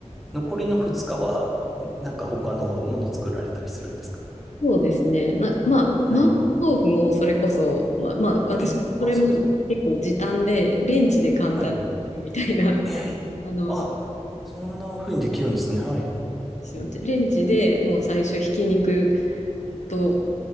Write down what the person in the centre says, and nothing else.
残りの2日は、なんか他のもの作られたりするんですか
はい。
え、
あ、そうですか。
はい。ええ。
あ、そんな風にできるんですね。はい。